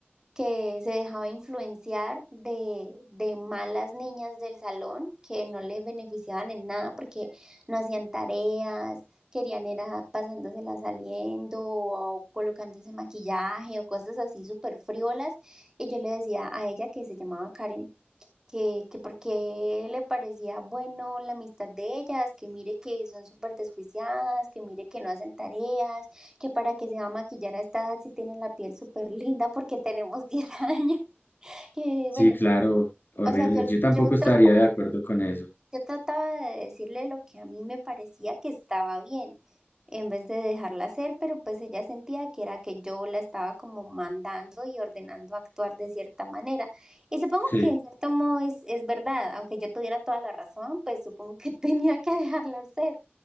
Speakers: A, on the right; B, on the left.
A: que se dejaba influenciar de, de malas niñas del salón que no le beneficiaban en nada porque no hacían tareas, querían era pasándosela saliendo o colocándose maquillaje o cosas así súper friolas. Y yo le decía a ella que se llamaba Karen que, que porque le parecía bueno la amistad de ellas, que mire que son súper desjuiciadas, que mire que no hacen tareas, que para que se va a maquillar a esta edad si tienen la piel súper linda porque tenemos 10 años, <laughs> que
B: Sí,
A: bueno,
B: claro, horrible.
A: o sea, yo,
B: Yo tampoco
A: yo
B: estaría
A: trataba...
B: de acuerdo con eso.
A: Yo trataba de decirle lo que a mí me parecía que estaba bien, en vez de dejarla hacer, pero pues ella sentía que era que yo la estaba como mandando y ordenando actuar de cierta manera. Y supongo
B: sí
A: que en cierto modo es, es verdad, aunque yo tuviera toda la razón, pues supongo que <laughs> tenía que dejarla hacer.